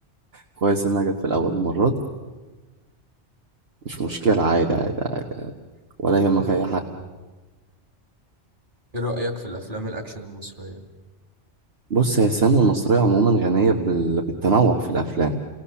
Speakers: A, on the right; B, on the right.
A: كويس إنها جت في الأول مرة دي مش مشكلة
B: طب
A: عادي عادي عادي عادي. ولا يهمك أي حاجة
B: إيه رأيك في الأفلام الأكشن المصرية؟
A: بص هي السينما المصرية عموما غنية بال... بالتنوع في الأفلام